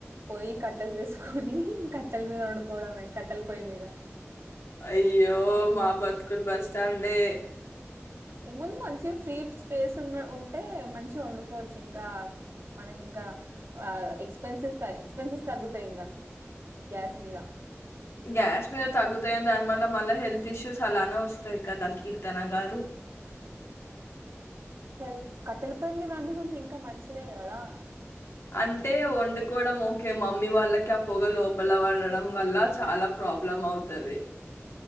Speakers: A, on the right; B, on the left.
A: పోయి కట్టెలు తీసుకొని ఇంక కట్టెల మీద వండుకోవడమే కట్టల పొయ్యి మీద
B: అయ్యో మ బతుకుల్ బస్ స్టాండే
A: ఈ ముందు మంచి ఫ్రీ స్పేస్ ఉ ఉంటే మంచిగా వండుకోవచ్చు ఇంకా మనకి ఇంకా ఎక్స్పెన్సివ్ ఎక్స్పెన్సివ్ తగ్గుతయి ఇంకా గ్యాస్ మీద
B: గ్యాస్ మీద తగ్గుతాయని దాని మల్ల మళ్ళ హెల్త్ ఇష్యూస్ అలానే వస్తయి కదా కీర్తన గారు
A: హెల్ కట్టల పోయి మీ వండుకుంటే ఇంకా మంచిదే కదా
B: అంటే వండుకోడం ఓకే మమ్మీ వాళ్ళకి ఆ పొగ లోపల పడడం వల్ల చాలా ప్రాబ్లం అవుతది